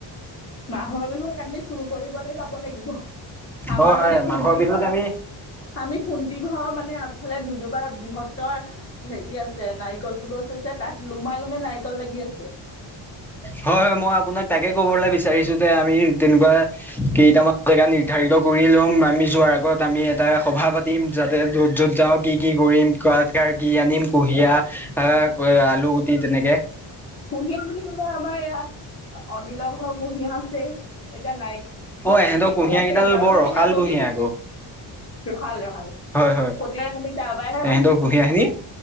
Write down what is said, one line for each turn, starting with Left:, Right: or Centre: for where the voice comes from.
Left: মাঘৰ বিহুত আমি চুৰ কৰিবলৈ যাব লাগিব। আমাৰ
Centre: হয় হয়
Left: মানে শুন্তি
Centre: মাঘৰ বিহুত
Left: ঘৰৰ
Centre: আমি
Left: আমি শুন্তি ঘৰৰ মানে আগফালে দুজোপা বৃহত্তৰ হেৰি আছে নাৰিকল গছ আছে। তাত লোমা লোমে নাৰিকল লাগি আছে।
Centre: হয়, হয় মই আপোনাক তাকে ক'বলে বিচাৰিছো যে আমি তেনেকুৱা কেইটামান জেগা নি নিৰ্ধাৰিত কৰি ল'ম। আমি যোৱাৰ আগত আমি এটা সভা পাতিম যাতে য'ত য'ত যাওঁ কি কি কৰিম কাৰ কাৰ কি আনিম কুঁহিয়া আহ আলুগুটি তেনেকে।
Left: কুঁহিয়া বুলি ক'লে আমাৰ এয়া অনিলৰ ঘৰৰ কুঁহিয়া আছেই। এতিয়া নাই
Centre: অ এহেঁতৰ কুঁহিয়া
Left: কল আছেই।
Centre: কেইডাল
Left: এইবাৰো
Centre: বৰ
Left: আমি
Centre: ৰসাল
Left: নাৰিকল,
Centre: কুঁহিয়া
Left: <unintelligible>
Centre: আকৌ হয় হয়
Left: পতিবাৰ আমি তাৰ পৰাই আনো।
Centre: এহেঁতৰ কুঁহিয়া খিনি